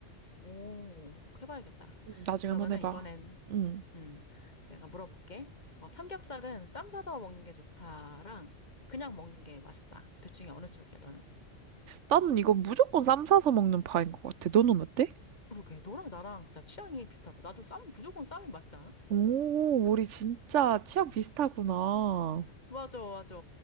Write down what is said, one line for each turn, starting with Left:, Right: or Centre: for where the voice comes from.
Left: 오, 그렇게 해봐야겠다.
Right: 음. 나중에
Left: 그러면은
Right: 한번 해봐.
Left: 이번엔,
Right: 응.
Left: 음, 내가 물어볼게. 어, 삼겹살은 쌈 싸서 먹는 게 좋다랑 그냥 먹는 게 맛있다. 둘 중에 어느 쪽이야, 너는?
Right: 나는 이거 무조건 쌈 싸서 먹는 파인 것 같아. 너는 어때?
Left: 그러게, 너랑 나랑 진짜 취향이 비슷하다. 나도 쌈, 무조건 쌈이 맛있지 않아?
Right: 오, 우리 진짜 취향 비슷하구나.
Left: 맞아, 맞아.